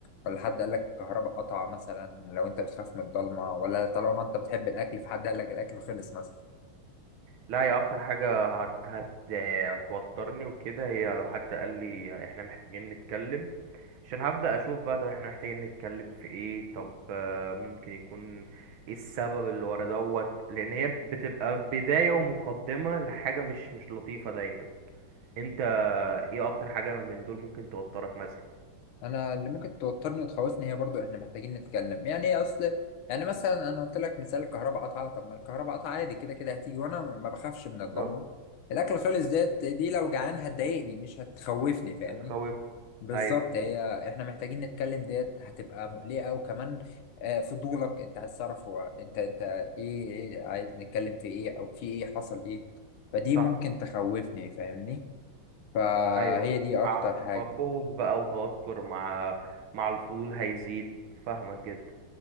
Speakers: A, on the left (about 80°); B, on the right (about 80°).
A: ولا حد قالك الكهرباء قطع مثلا لو أنت بتخاف من الضلمة ولا طالما أنت بتحب الأكل فحد قالك الأكل خلص مثلا
B: لا هي اكتر حاجة هت هت هتوترني وكده هي لو حد قال لي احنا محتاجين نتكلم عشان هبدأ اشوف بقى طب احنا محتاجين نتكلم في ايه طب آه، ممكن يكون ايه السبب اللي ورا دوت لان هي بتبقى بداية ومقدمة لحاجة مش مش لطيفة دايما انت ايه اكتر حاجة من دول ممكن توترك مثلا
A: انا اللي ممكن توترني وتخوفني هي برضو احنا محتاجين نتكلم يعني ايه اصل يعني مثلا انا قلت لك مثال الكهرباء قطعه طب ما الكهرباء قطعه عادي كده كده هتيجي وانا ما بخافش من
B: بالظبط
A: الضلمه الاكل خالص ديت دي لو جعان هتضايقني مش هتخوفني
B: مش
A: فاهمني
B: هتخوف
A: بالظبط
B: ايوه
A: هي احنا محتاجين نتكلم ديت هتبقى مقلقة وكمان آه، فضولك انت عايز تعرف هو انت انت ايه ايه عايز نتكلم في ايه او في ايه حصل ايه فدي
B: صح
A: ممكن تخوفني فاهمني فهي
B: ايوه
A: دي
B: مع
A: اكتر حاجة
B: مع خوف بقى وتوتر مع مع الفضول هيزيد فاهمك جدا